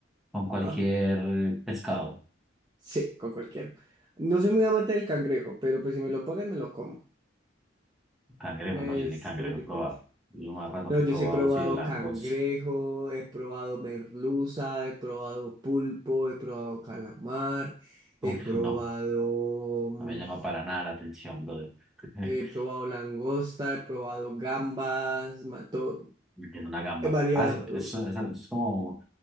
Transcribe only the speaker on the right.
Ah,
sí, con cualquiera. No soy muy amante del cangrejo, pero pues si me lo ponen, me lo como.
Es
como diferente.
No,
yo
sí he probado
cangrejo, he probado merluza, he probado pulpo, he probado calamar, he
probado,
mm,
he probado langosta, he probado gambas, ma- todo,
he variado,